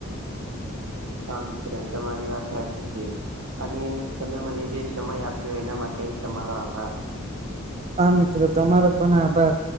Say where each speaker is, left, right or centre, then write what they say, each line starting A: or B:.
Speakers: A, on the right (about 80°); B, on the right (about 30°).
A: હા મિત્ર તમારી વાત સાચી છે. અને તમે મને જે સમય આપ્યો એના માટે તમારો આભાર
B: હા મિત્રો તમારો પણ આભાર.